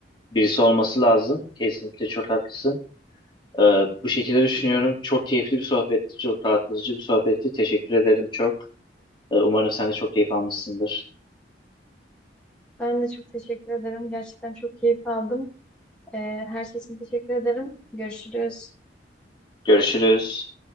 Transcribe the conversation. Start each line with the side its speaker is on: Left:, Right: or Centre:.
Left: birisi olması lazım. Kesinlikle çok haklısın. Ee, bu şekilde düşünüyorum. Çok keyifli bir sohbetti, çok rahatlatıcı bir sohbetti. Teşekkür ederim çok. Ee, umarım sen de çok keyif almışsındır.
Centre: Ben de çok teşekkür ederim. Gerçekten çok keyif aldım. Ee, her şey için teşekkür ederim. Görüşürüz.
Left: Görüşürüz.